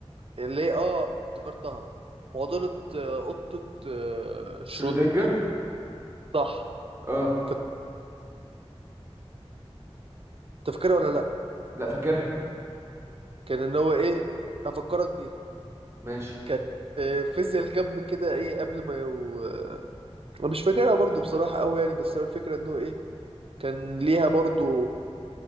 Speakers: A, on the right (about 60°); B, on the right (about 25°).
A: اللي هي اه افتكرتها معضلة آه، قطة آه، شرود
B: شرودنجر
A: صح
B: اه
A: فك- تفكرها ولا لأ
B: لا فاكرها
A: كان إن هو إيه أفكرك بيها
B: ماشي
A: كانت في فيزياء الكم كده إيه قبل ما يو... آه، أنا مش فاكرها برضو بصراحة أوي يعني بس هو الفكرة إنه إيه كان ليها برضو